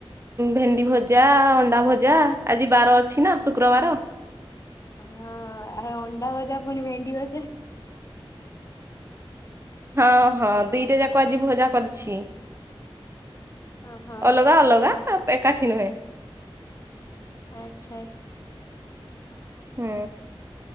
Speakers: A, on the right; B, on the left.
A: ଭେଣ୍ଡି ଭଜା ଅଣ୍ଡା ଭଜା ଯା ଆଜି ବାର ଅଛି ନା ଶୁକ୍ରବାର।
B: ହଁ ଆ ଅଣ୍ଡା ଭଜା ପୁଣି ଭେଣ୍ଡି ଭଜା।
A: ହଁ ହଁ ଦିଟା ଯାକ ଆଜି ଭଜା କରିଛି।
B: ହଁ ହଁ
A: ଅଲଗା ଅଲଗା ଏକାଠି ନୁହେଁ
B: ଆଚ୍ଛା ଆଛା
A: ହୁଁ